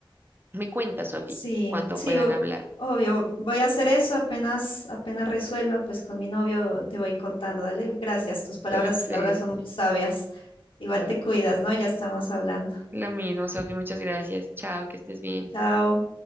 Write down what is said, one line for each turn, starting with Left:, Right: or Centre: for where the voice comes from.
Right: Me cuenta, Sofi,
Left: Sí,
Right: cuando
Left: sí,
Right: puedan
Left: o-
Right: hablar.
Left: obvio, voy a hacer eso apenas, apenas resuelva, pues con mi novio te voy contando. Dale, gracias. Tus palabras,
Right: Perfecto.
Left: la verdad, son muy sabias. Igual
Right: Mm,
Left: te cuidas, ¿no? Ya estamos hablando.
Right: Lo mismo, Sofi, muchas gracias. Chao, que estés bien.
Left: Chao.